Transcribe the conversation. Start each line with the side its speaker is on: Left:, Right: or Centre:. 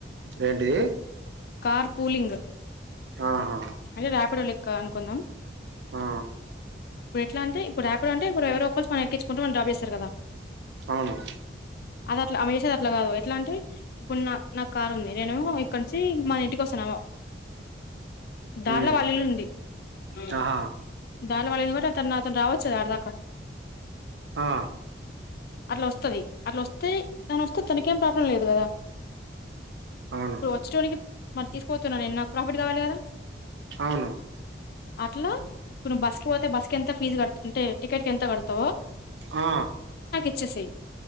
Right: ఏంటిది
Left: కార్ పూలింగ్
Right: ఆహా
Left: అంటే ర్యాప్ ఇప్పుడో లెక్క అనుకుందాం.
Right: ఆ
Left: ఇప్పుడు ఎట్ల అంటే ఇప్పుడు రాపిడో అంటే ఇప్పుడు ఎవరో ఒకరు మనం ఎక్కించుకుంటం వాల్ డ్రాప్ చేస్తరు కదా.
Right: అవును
Left: అది అట్ల అమె చేసేది అట్ల కాదు ఎట్ల అంటే ఇప్పుడు నా నాకు కారు ఉంది నేను ఇక్కడ నుంచి మన ఇంటికి వస్తున్నా దారిలో
Right: హ్మ్
Left: వాళ్ళ ఇల్లు ఉంది అ
Right: ఆహా
Left: దార్లో ఎడ్కిపోతే అత్తన్న అతను నాతోను రావచ్చు కదా ఆడదాక
Right: ఆ
Left: అట్ల వస్తది అట్ల వస్తే తను వస్తే తనకేం ప్రాబ్లం లేదు కద
Right: అవును
Left: ఇప్పుడు వచ్చేటోనికి మరి తీసుకపోతున్న నేను నాకు ప్రాఫిట్ కావాలె కద
Right: అవును
Left: అట్ల ఇప్పుడు నువు బస్సు కు పోతే బస్కి ఎంత ఫీజు కడత అంటే టికెట్ కి ఎంత కడతవో
Right: ఆ
Left: ఇచ్చేసేయి